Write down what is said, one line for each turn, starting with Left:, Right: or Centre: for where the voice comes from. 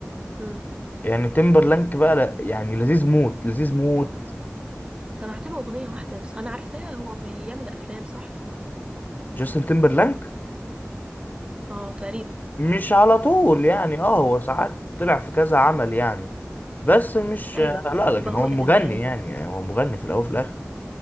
Right: امم
Left: يعني تيمبرلانك بقى لا يعني لذيذ موت لذيذ موت
Right: سمعت له اغنيه واحده بس انا عارفاه هو بيعمل افلام صح
Left: جاستن تيمبرلانك
Right: اه تقريبا
Left: مش على طول يعني اه هو ساعات طلع في كذا عمل يعني بس مش
Right: ايوه
Left: لا لكن
Right: يبقى
Left: هو
Right: هو
Left: مغني
Right: ده في دماغي يعني
Left: يعني يعني هو مغني في الاول وفي الاخر